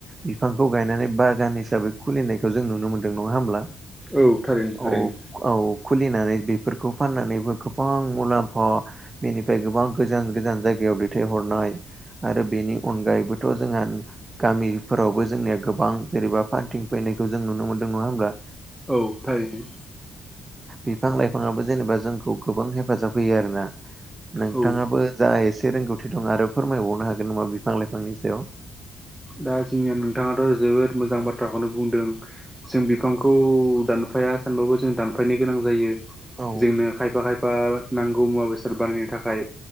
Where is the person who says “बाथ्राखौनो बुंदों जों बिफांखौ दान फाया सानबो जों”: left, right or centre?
Centre